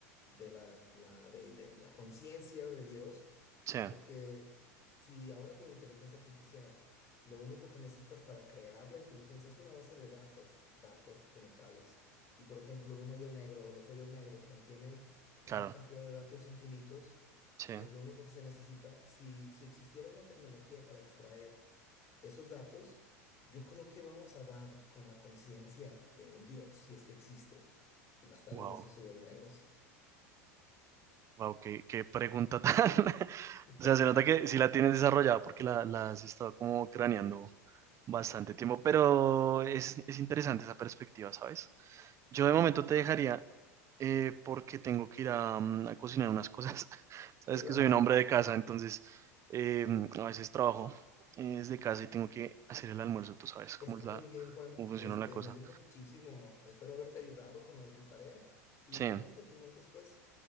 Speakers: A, on the left (about 35°); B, on the right (about 35°).
A: de las- la, de de la conciencia de Dios
B: sí,
A: Porque si ahora con inteligencia artificial, lo único que necesitas para crear la inteligencia es una base de datos, datos como tales. Y por ejemplo, un hoyo negro o los hoyos negros contienen una
B: claro.
A: cantidad de datos infinitos,
B: Sí,
A: que es lo único que se necesita. Si, si existiera una tecnología para extraer esos datos, yo creo que vamos a dar con la conciencia de un Dios, si es que existe, y va a estar
B: wow,
A: en esos hoyos negros.
B: wow, qué, qué pregunta tan. <laughs>
A: <laughs>
B: O sea, se nota que sí la tienes desarrollada porque la, la has estado como craneando bastante tiempo, pero es, es interesante esa perspectiva, ¿sabes? Yo de momento te dejaría eh, porque tengo que ir a, mm, a cocinar unas cosas. <laughs> Sabes
A: Qué lástima.
B: que soy un hombre de casa, entonces eh, a veces trabajo eh, desde casa y tengo que hacer el almuerzo, tú sabes cómo
A: Está
B: es la,
A: muy bien, Juan.
B: cómo funciona
A: Este,
B: la cosa.
A: me dio muchísimo. Espero haberte ayudado con lo de tu tarea y
B: Sí,
A: podemos continuar después,